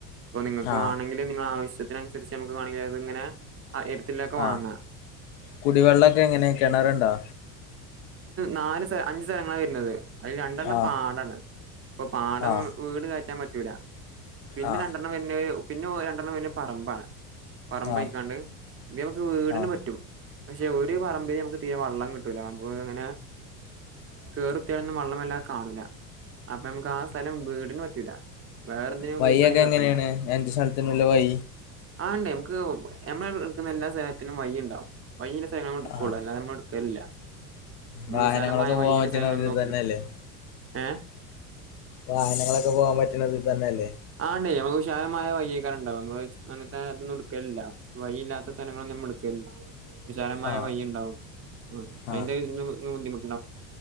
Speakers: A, on the right (about 30°); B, on the left (about 60°).
A: അപ്പൊ നിങ്ങൾക്ക്
B: ആ
A: വേണെങ്കിൽ നിങ്ങ ആവശ്യത്തിനനുസരിച്ച് നമുക്ക് വേണെങ്കിൽ അത്ങ്ങനെ എടുത്തിൊക്കെ
B: ആ
A: വാങ്ങാം
B: കുടിവെള്ളമൊക്കെ എങ്ങനെ കിണറണ്ടോ
A: നാല് അഞ്ചച് സ്ഥലങ്ങളാണ് വരുന്നത് അതി രണ്ടെണ്ണം
B: ആ
A: പാടാണ് ഇപ്പൊ പാടം
B: ആ
A: വീട് കറ്റാൻ പറ്റൂല പിന്നെ
B: ആ
A: രണ്ടെണ്ണം വരുന്ന പിന്നെ രണ്ടെണ്ണം വര പറമ്പാണ് പറമ്പഴക്കാണ്ട്
B: ആ
A: ഇപ്പ നമുക്ക് വീടിിനന്
B: ആ
A: പറ്റും പക്ഷെ ഒരു പറമ്പിൽ നമുക്ക് തീരെ വെം കിട്ടൂല അങ്ങനെ കറത്തിന്ന് വള്ളംെല്ലാത കാണൂല അപ്പൊ നമുക്ക് ആ സ്ഥലം വീടിന് പറ്റൂല വേറെന്തിനും
B: വൈ
A: ഉപയോഗിക്കാണെങ്കിൽ
B: ഒക്കെ
A: കുഴപ്പല്ല
B: എങ്ങനെയാണ് എന്റെ സ്ഥലത്തിനല്ല വൈ
A: ആ ഉണ്ടേ നമക്ക് നമ്മ എടുക്കുന്ന എല്ലാ സ്ഥലനും വൈ ഉണ്ടാവ വക സ്ഥലം നമ്മ എടുക്കോ
B: ആ
A: അല്ലാത നമ്മ എടു ല്ല നമ്മൾ
B: വാഹനങ്ങളൊക്കെ
A: വിശാലമായ വഴയില
B: പോകാൻ പറ്റണ
A: സ്ഥലങ്ങളന്ന്
B: ഇതിൽ
A: നോക്കിയ
B: തന്നെയല്ലേ
A: എടുക്കു ഏ
B: വാഹനങ്ങളൊക്കെ പോകാൻ പറ്റണത്ത് തന്നെ അല്ലേ
A: ആണ്ട നമക്ക് ഉഷായമായ വയക്കാർ ഉണ്ടാവും നമ്മ അങ്ങനത്തെ അതന്നുംടുക്കലില്ല വഴിയില്ലാത്ത സ്ഥലങ്ങള നമ്മ വിശാലമായ
B: ആ
A: വഴ ഉണ്ടാവും അതിന്റെ
B: ആ
A: ബുദ്ധിമുട്ട്